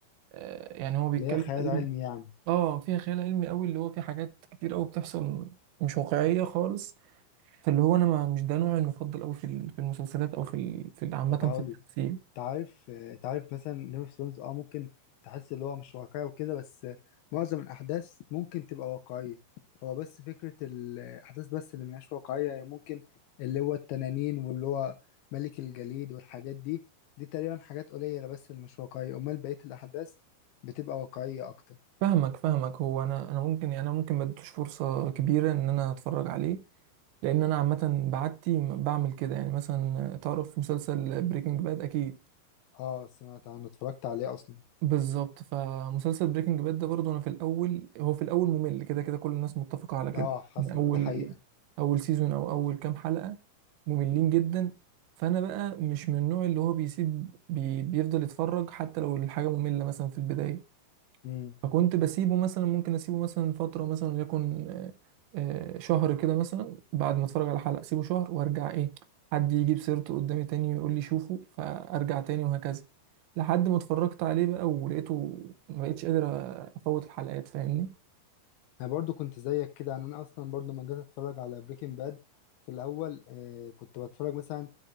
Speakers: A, on the right; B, on the left.
A: آه، يعني هو بيتكلم
B: اللي هي خيال
A: تقريبا
B: علمي يعني
A: اه فيها خيال علمي قوي اللي هو في حاجات كتير قوي بتحصل مش واقعيه خالص فاللي هو انا ما مش ده نوعي المفضل قوي في ال- في المسلسلات او في ال- في ال- عامه
B: طب هقول
A: في التمثيل
B: لك انت عارف آه، انت عارف مثلا جيم اوف ثرونز اه ممكن تحس اللي هو مش واقعي وكده بس آه، معظم الاحداث ممكن تبقى واقعيه هو بس فكره الاحداث بس اللي مش واقعيه هي ممكن اللي هو التنانين واللي هو ملك الجليد والحاجات دي دي تقريبا حاجات قليله بس اللي مش واقعيه امال بقيه الاحداث بتبقى واقعيه اكتر
A: فاهمك فاهمك هو انا انا ممكن يعني انا ممكن ما اديتوش فرصه كبيره ان انا اتفرج عليه لان انا عامه بعدتي بعمل كده يعني مثلا تعرف مسلسل بريكنج باد اكيد
B: اه سمعت عنه اتفرجت عليه اصلا
A: بالظبط فمسلسل بريكنج باد ده برضه انا في الاول هو في الاول ممل كده كده كل الناس متفقه على كده
B: اه حصل
A: من اول
B: ده حقيقه
A: اول سيزون او اول كام حلقه مملين جدا فانا بقى مش من النوع اللي هو بيسيب بي بيفضل يتفرج حتى لو الحاجه ممله مثلا في البدايه
B: مم.
A: فكنت بسيبه مثلا ممكن اسيبه مثلا فترة مثلا وليكن آه، آه، شهر كده مثلا بعد ما اتفرج على حلقة اسيبه شهر وارجع ايه حد يجيب سيرته قدامي تاني ويقول لي شوفه فارجع تاني وهكذا لحد ما اتفرجت عليه بقى ولقيته ما بقتش قادر افوت الحلقات فاهمني
B: انا برضو كنت زيك كده يعني انا اصلا برضو لما جيت اتفرج على بريكنج باد في الاول آه كنت بتفرج مثلا